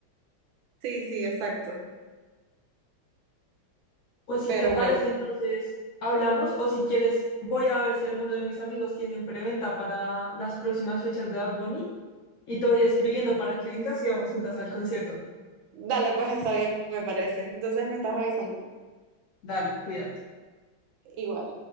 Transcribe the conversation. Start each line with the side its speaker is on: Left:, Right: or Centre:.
Right: Sí, sí, exacto.
Left: Pues si
Right: Pero
Left: te parece,
Right: bueno,
Left: entonces hablamos o si quieres, voy a ver si alguno de mis amigos tienen preventa para las próximas fechas de Bad Bunny y te voy escribiendo para que vengas y vamos juntas al concierto.
Right: dale, pues está bien, me parece. Entonces me estás avisando.
Left: Dale, cuídate.
Right: Igual.